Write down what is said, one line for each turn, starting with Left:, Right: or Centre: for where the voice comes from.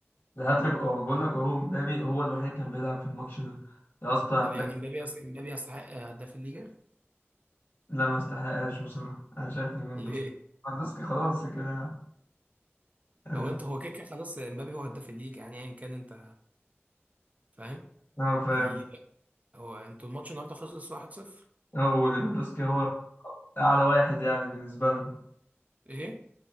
Left: الهاتريك اه أنا بقول لك اهو امبابي هو الوحيد كان بيلعب في الماتش ده يا اسطى امبابي
Right: طب يعني امبابي يس- امبابي يستحق هداف الليجا
Left: لا ما استحقهاش بصراحة انا شايف ليفاندوسكي
Right: ليه؟
Left: ليفاندوسكي خلاص كده اه
Right: هو انت هو كده كده خلاص امبابي هو هداف الليجا يعني ايا كان انت فاهم
Left: آه، فاهم
Right: لان الليجا هو انتوا الماتش النهارده خلص 1-0
Left: هو ليفاندوسكي هو اعلى واحد يعني بالنسبة لنا
Right: ايه